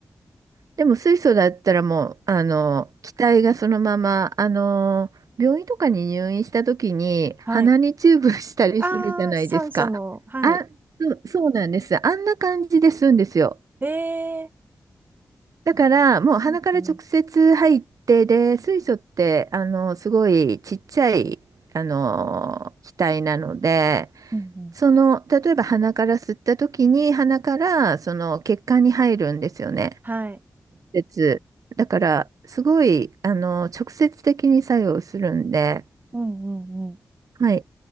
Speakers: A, on the right; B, on the right.
A: でも水素だったらもう、あの、気体がそのまま、あの、病院とかに入院した時に鼻にチューブしたりするじゃないですか。
B: はい。ああ、酸素の、はい。
A: あ、そうそうなんです。あんな感じで吸うんですよ。
B: ええ
A: だからもう鼻から直接入って、
B: ーなんとなくね。
A: で、水素って、あの、すごいちっちゃい、あの、気体なので、
B: うんうん。
A: その、例えば鼻から吸った時に鼻からその血管に入るんですよね。
B: はい。
A: 接。だから、すごい、あの、直接的に作用するんで、
B: うんうんう
A: はい。